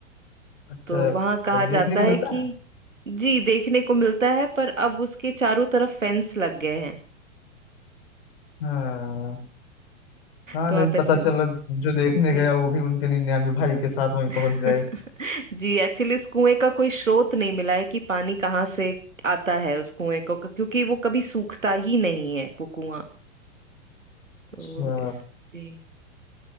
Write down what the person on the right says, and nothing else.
तो वहां कहा
जाता
है
कि
जी देखने को मिलता है पर अब उसके चारों तरफ फेंस लग गए हैं
तो
आप
ऐसे
जी
<laughs>
जी एक्चुअली इस कुएं का कोई स्रोत नहीं मिला है कि पानी कहाँ से आता है उस कुएं को क्योंकि वो कभी सूखता ही नहीं है वो कुआं तो
इस जी